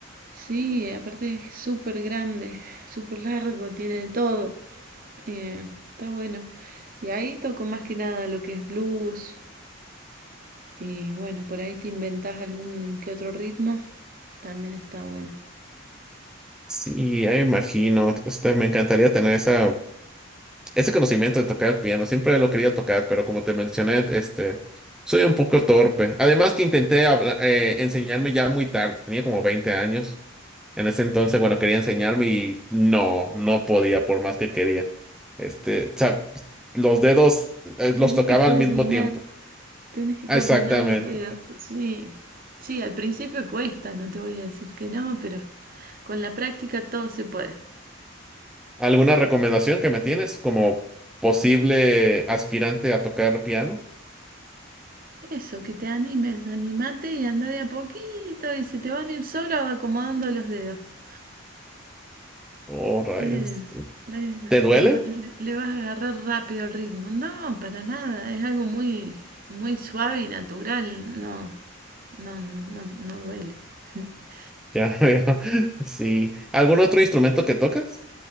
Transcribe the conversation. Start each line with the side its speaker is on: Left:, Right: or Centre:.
Right: Sí, aparte es súper grande, súper largo, tiene de todo. Eh, está bueno. Y ahí toco más que nada lo que es blues. Y bueno, por ahí te inventás algún que otro ritmo. También está bueno.
Centre: Sí, ya me imagino. Este, me encantaría tener esa, ese conocimiento de tocar el piano. Siempre lo quería tocar, pero como te mencioné, este, soy un poco torpe. Además que intenté habla- eh, enseñarme ya muy tarde. Tenía como 20 años. En ese entonces, bueno, quería enseñarme y no, no podía por más que quería. Este, o sea, los dedos, eh,
Right: Tenés
Centre: los tocaba
Right: que coordinar.
Centre: al mismo tiempo.
Right: Tienes que coordinar
Centre: Ah, Exactamente.
Right: los dedos, sí. Sí, al principio cuesta, no te voy a decir que no, pero con la práctica todo se puede.
Centre: ¿Alguna recomendación que me tienes como posible aspirante a tocar piano?
Right: Eso, que te animes, animate y anda de a poquito y se te van a ir solo acomodando los dedos.
Centre: Oh, rayos.
Right: Es, es- le,
Centre: ¿Te duelen?
Right: le- le vas a agarrar rápido el ritmo. No, para nada, es algo muy, muy suave y natural, no, no, no, no, no duele. <laughs>
Centre: Ya <laughs> veo. Sí. ¿Algún otro instrumento que tocas?